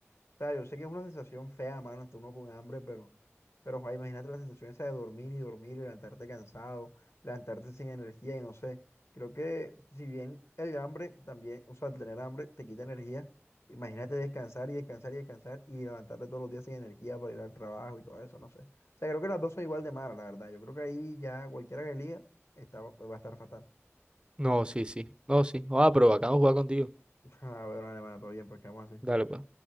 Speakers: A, on the left; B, on the right.
A: O sea, yo sé que es una sensación fea, mano, está uno con hambre, pero, pero, joder, imagínate la sensación esa de dormir y dormir y levantarte cansado, levantarte sin energía y no sé. Creo que si bien el hambre también, o sea, el tener hambre te quita energía, imagínate descansar y descansar y descansar y levantarte todos los días sin energía para ir al trabajo y todo eso, no sé. O sea, creo que las dos son igual de malas, la verdad. Yo creo que ahí ya cualquiera que elija está, va a estar fatal.
B: No, sí, sí. No, sí. Ah, pero bacano jugar contigo.
A: <laughs> Ah, bueno, hermano, todo bien, pues quedamos así.
B: Dale, pues.